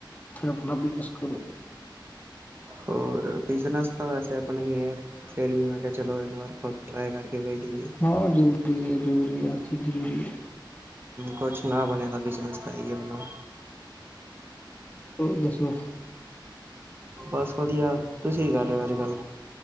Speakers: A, on the left (about 20°); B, on the right (about 25°).
A: ਫਿਰ ਆਪਣਾ ਬਿਜਨਸ ਕਰੋ।
B: ਹੋਰ ਬਿਜਨਸ ਤਾਂ ਵੈਸੇ ਆਪਣਾ ਹੀ ਹੈ। ਫੇਿਰ ਵੀ ਮੈਂ ਕਿਹਾ ਚਲੋ ਇੱਕ ਵਾਰ ਖੁਦ ਟਰਾਈ ਕਰਕੇ ਵੇਖ ਲਈਏ।
A: ਹਾਂ ਜ਼ਰੂਰੀ ਹੈ ਜ਼ਰੂਰੀ ਹੈ ਹਰ ਚੀਜ਼ ਜ਼ਰੂਰੀ ਹੈ।
B: ਕੁਛ ਨਾ ਬਣੇ ਦਾ ਬਿਜਨਸ ਤਾਂ ਹੈ ਏ ਆਪਣਾ।
A: ਹੋਰ ਦੱਸੋ।
B: ਬਸ ਵਧੀਆ ਤੁਸੀਂ ਕਰ ਰਹੇ ਹੋ ਅੱਜ ਕੱਲ।